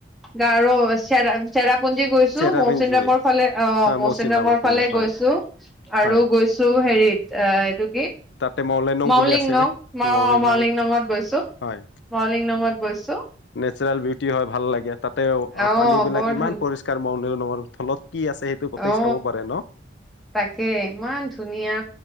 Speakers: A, in the centre; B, on the left.
A: গাও চিয়ান। চেৰাপ। পুঞ্জি গৈছো
B: চেৰাপিঞ্জী
A: মৌচিন ৰামৰ ফালে অ
B: হয়
A: মৌচিন
B: মৌচিনৰামৰ
A: ৰামৰ
B: পিনে
A: ফালে
B: হয়
A: গৈছো আৰু
B: হয়
A: গৈছো হেৰিত। অ এইটো।
B: তাতে মলেনং
A: মউলিং
B: বুলি আছিলে
A: নং মই
B: মলেনং
A: মউলিং নঙত গৈছো
B: হয়
A: মওলিং নঙত গৈছো।
B: নেচাৰেল বিটি হয় ভাল লাগে তাতে
A: অ
B: পানী বিলাক
A: বৰ
B: ইমান
A: ধুন
B: পৰিষ্কাৰ ম। মোৰ নাম ত তলত কি আছে সেইটো গোটেই
A: অ
B: চাব পাৰে ন।
A: তাকে ইমান ধুনীয়া